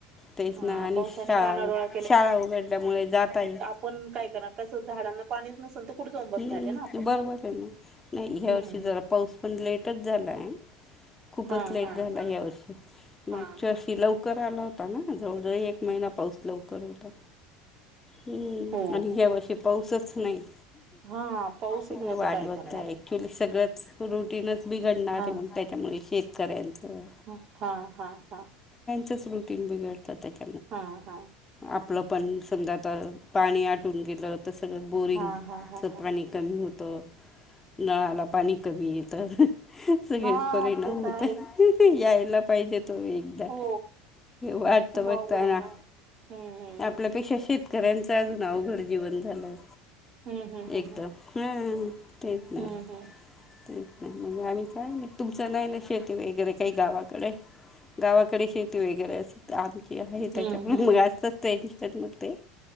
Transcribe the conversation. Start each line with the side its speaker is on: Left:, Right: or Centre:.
Left: तेच
Right: अ
Left: ना आणि
Right: पावसाने
Left: शाळा
Right: कानाडोळा
Left: शाळा उघडल्यामुळे जाताई
Right: पण काय करणार कसं झाडांना पाणीच नसेल कुठे जाऊन बसणार
Left: हम्म
Right: आहे ना आपण.
Left: बरोबर आहे ना नाही ह्या
Right: हम्म.
Left: वर्षी जरा पाऊस पण लेटच झाला आहे खूपच
Right: हा
Left: लाईट
Right: हा
Left: झाला
Right: हा
Left: या वर्षी
Right: हा
Left: मागच्या अशी लवकर आला होता ना जवळजवळ एक महिना पाऊस लवकर होता हम्म
Right: हो
Left: आणि ह्या वर्षी पाऊसच नाही
Right: हा पाऊसच
Left: ग
Right: नाही
Left: वाट
Right: तर काय
Left: बघतय
Right: करणार आहे.
Left: क्च्युली सगळंच रुटीनच बिघडणार
Right: हा
Left: आहे मग त्याच्यामुळे शेतकऱ्यां आ
Right: हा हा हा हा
Left: च रुटीन बिघडतात त्या
Right: हा हा
Left: आपलं पण समजा आता पाणी आटून गेलं तर सगळं बोरिंग
Right: हा हा हा
Left: तं
Right: हा
Left: पाणी कमी होतं नळाला पाणी कमी येतं सगळेच
Right: हा
Left: परिणाम
Right: ते
Left: होत
Right: तर आहेच
Left: यायला पाहिजेत. त एकदा
Right: हो
Left: वाटत
Right: खूप
Left: बघताय
Right: अवघड आहे
Left: ना.
Right: हम्म
Left: आपल्यापेक्षा शेतकऱ्यांच अजून अवघड जीवन झालं
Right: हम्म हम्म
Left: एकदम ह तेच नाही
Right: हम्म हम्म हम्म हम्म हम्म
Left: तेच नाही म्हणजे आम्ही काय नाही तुमचं नाही ना शेती वगैरे काही गावाकडे गावाकडे शेती वगैरे अस आमची आहे
Right: हम्म
Left: त्याच्यामुळे
Right: हम्म
Left: मगचच
Right: हम्म
Left: मग ते